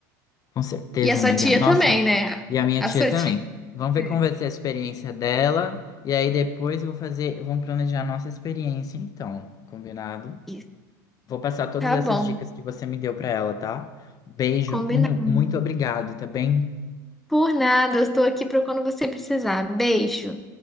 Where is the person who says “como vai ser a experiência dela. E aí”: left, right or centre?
Left